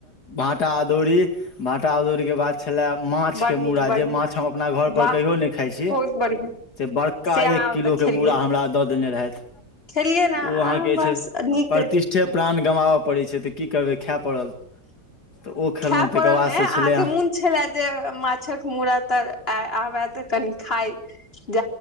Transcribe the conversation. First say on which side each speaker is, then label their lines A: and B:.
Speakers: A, on the left (about 65°); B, on the left (about 35°).
A: भाटा अदौरी भाटा अदौरी जे बात छलाह माछके
B: बड नीक
A: मुरा
B: बड
A: जे
B: नीक
A: माछ हम अपना घर
B: वाह
A: पर कहियो नहि खाइ छी
B: बहुत बढ़िआँ
A: से बड़का
B: से अहाँ
A: एक
B: ओतऽ
A: किलोके
B: खेलियै
A: मूड़ा हमरा दऽ देने रहथि
B: खेलियै ने
A: ओ अहाँके
B: बस
A: जे छै
B: नीक
A: प्रतिष्ठे प्राण गम आबय पड़ै छै तऽ की करबै खाय पड़ल तऽ ओ खेलहुँ
B: खायए
A: तकर
B: पड़ल
A: बादसँ
B: ने अहाँके
A: छलै
B: मोन छलए जे माछक मूड़ त आबएत कनि खााय ज